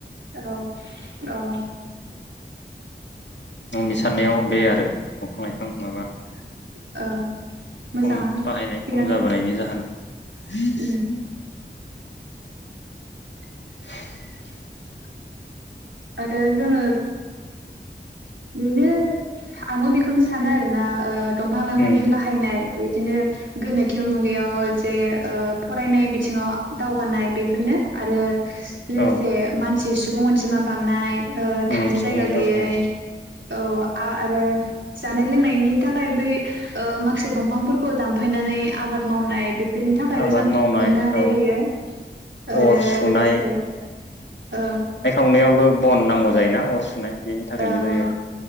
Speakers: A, on the right; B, on the left.
A: औ औ
B: आंनि साननायाव बे आरो दंफां लाइफां माबा खम
A: औ मोजाङानो
B: बाहायनाय
A: थिगानो
B: खम जाबोनायनि जाहोन <inaudible>
A: उम
B: <inaudible>
A: आरो जोङो बेनो आंबो बेखौनो सानो आरोना ओ दंफां लाइफांनि
B: उम
A: बाहायनाय इदिनो गोनोखो मुगायाव जे ओ फरायनाय बिथिङाव दावगानाय बेफोरनो आरो लोगोसे
B: औ
A: मान सि सुबुं अनजिमा बांनाय ओ
B: उम
A: थानो
B: सुबुं
A: जायगा
B: जालांनो
A: गैयै औ आरो जानाय लोंनायनि थाखाय बै ओ माखासे दंफांफोरखौ दानफायनानै आबाद मावनाय बेफोरनि थाखायबो
B: आबाद
A: जों
B: मावनाय
A: मोननो हानाय
B: औ
A: जायो आओरो
B: अर सुनाय
A: लोगोसे ओ
B: नायावबो बन नांगौ जायोना अर सुनाय बेनि थाखायबो
A: ओ
B: जायो
A: ओ